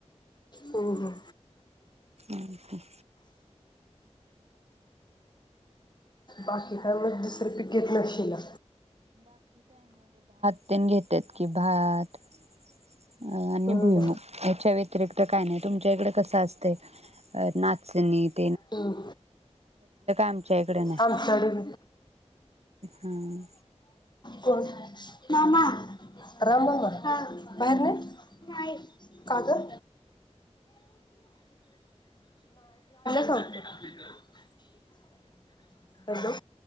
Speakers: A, on the left (about 40°); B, on the right (about 65°).
A: हो हो
B: ह्म्म ह्म्म
A: बाकी का मग दुसर पीक घेत नशीला
B: मंग घेतात की भात अ आणि
A: हम्म
B: भुईमूग याच्या व्यतिरिक्त काय नाय तुमच्या इकड कस असतय? संगीत.
A: ह्म्म
B: आमच्या इकडे नाही
A: आमच्याकड
B: हं
A: कोण मामा राम भाऊ का हा बाहेर नाही नाही का तर. <inaudible> हॅलो.